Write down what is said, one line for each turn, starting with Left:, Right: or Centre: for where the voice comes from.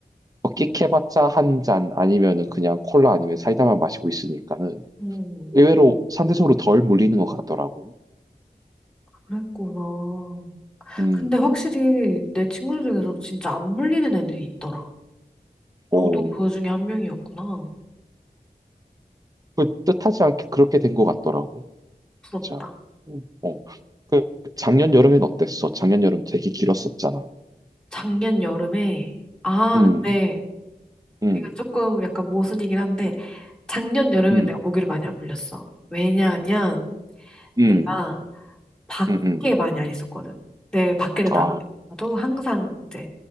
Right: 뭐 끽해봤자 한 잔 아니면은 그냥 콜라 아니면 사이다만 마시고 있으니까는
Centre: 응,
Right: 의외로 상대적으로 덜 물리는 것 같더라고.
Centre: 그랬구나.
Right: 음,
Centre: 근데 확실히 내 친구들 중에서도 진짜 안 물리는 애는 있더라. 너도
Right: 오,
Centre: 그 중에 한 명이었구나.
Right: 그 뜻하지 않게 그렇게 된 것 같더라고.
Centre: 부럽다.
Right: 맞아. 음, 어, 그 작년 여름엔 어땠어? 작년 여름 되게 길었었잖아.
Centre: 작년 여름에, 아,
Right: 음,
Centre: 근데
Right: 음,
Centre: 이거 조금 약간 모순이긴 한데, 작년 여름엔
Right: 음,
Centre: 내가 모기를 많이 안 물렸어. 왜냐하면 응.
Right: 음,
Centre: 내가 밖에
Right: 음, 음.
Centre: 많이 안 있었거든. 내 밖에를
Right: 아,
Centre: 나가도 항상 이제